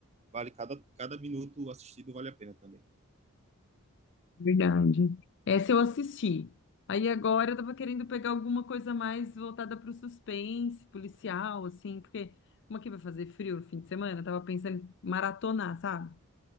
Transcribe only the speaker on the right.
Vale cada, cada minuto assistido vale a pena também.